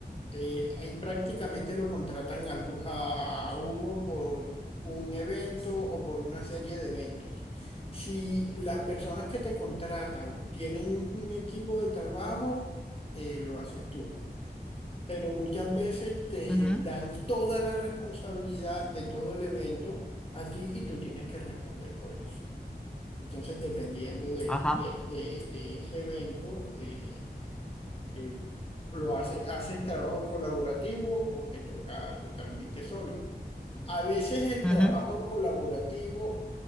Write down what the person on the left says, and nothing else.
Eh, ahí prácticamente lo contratan algo- a, uno por un evento o por una serie de eventos. Si las personas que te contratan tienen un equipo de trabajo, eh, lo haces tú. Pero muchas veces te
dan toda la responsabilidad de todo el evento a ti y tú tienes que responder por eso. Entonces, dependiendo de,
de- de- de ese evento, eh, eh, lo hace, haces trabajo colaborativo o te toca totalmente solo. A veces el
trabajo colaborativo